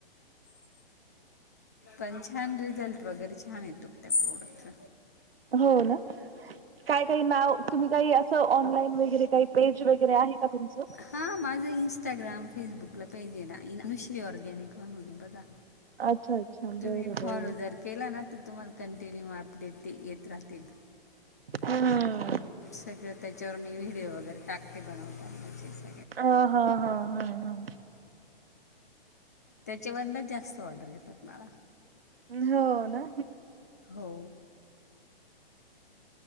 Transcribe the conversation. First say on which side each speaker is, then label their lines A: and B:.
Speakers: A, on the left (about 15°); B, on the right (about 70°).
A: पंचन रिझल्ट. वगैरे छान येतो त्या प्रोडक्ट.
B: हो ना काय काही नाव तुम्ही काही अस. ऑनलाईन वगैरे काही पेज वगैरे आहे का तुमचं.
A: हा माझा इं्स्टाग्राम फेसबुकला पेज आहे ना अनुश्री ऑर्गॅनिक म्हणून बघा,
B: अच्छा अच्छा. बरं
A: तुम्ही फॉलो
B: बरं
A: जर केला ना तर तुम्हाला कंटिन्यू अपडेट ते येत राहतील.
B: हम्.
A: सगळं त्याच्यावर मी व्हिडिओ वगैरे टाकते बनवता म्हणे स
B: ह हा हा हा हा.
A: त्याच्यावरन जास्त ऑर्डर घेतात मला.
B: हो ना.
A: हो.